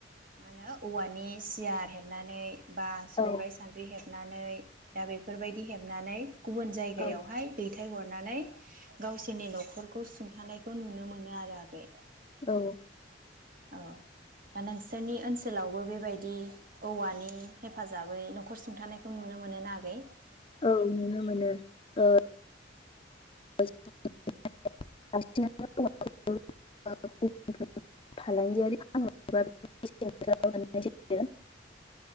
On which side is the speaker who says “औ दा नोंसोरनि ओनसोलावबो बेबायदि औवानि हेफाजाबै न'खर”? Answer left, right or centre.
Right